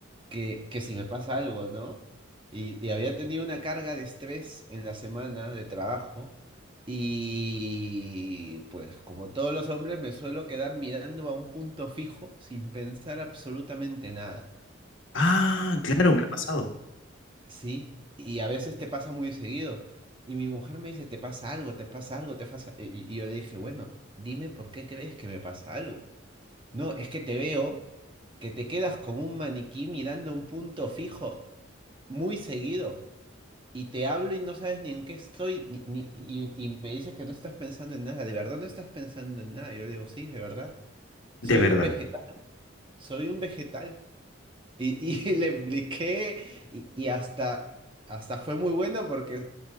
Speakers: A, on the right; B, on the left.
A: que, que si me pasa algo, ¿no? Y, y había tenido una carga de estrés en la semana de trabajo, y pues como todos los hombres, me suelo quedar mirando a un punto fijo sin pensar absolutamente nada.
B: Ah, claro, me ha pasado.
A: Sí, y a veces te pasa muy seguido. Y mi mujer me dice, te pasa algo, te pasa algo, te pasa... Y, y- yo le dije, bueno, dime por qué crees que me pasa algo. No, es que te veo que te quedas como un maniquí mirando un punto fijo muy seguido. Y te hablo y no sabes ni en qué estoy, ni, ni- y, y me dices que no estás pensando en nada. ¿De verdad no estás pensando en nada? Yo le digo, sí, de verdad. Soy
B: De verdad.
A: un vegetal, soy un vegetal. Y, y <laughs> le expliqué y, y hasta... Hasta fue muy bueno porque